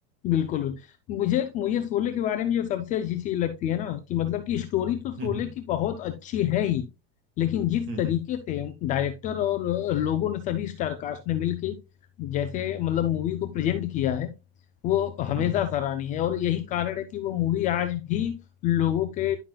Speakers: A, on the left; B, on the right.
A: बिल्कुल मुझे मुझे शोले के बारे में जो सबसे अच्छी चीज लगती है ना कि मतलब कि स्टोरी तो शोले
B: हम्म हम्म
A: की बहुत अच्छी है ही लेकिन जिस
B: हम्म
A: तरीके से डायरेक्टर और लोगों ने सभी स्टार कास्ट ने मिलके जैसे मतलब मूवी को प्रेजेंट किया है वो हमेशा
B: हम्म हम्म।
A: सराहनीय है और यही कारण है कि वो मूवी आज भी लोगों के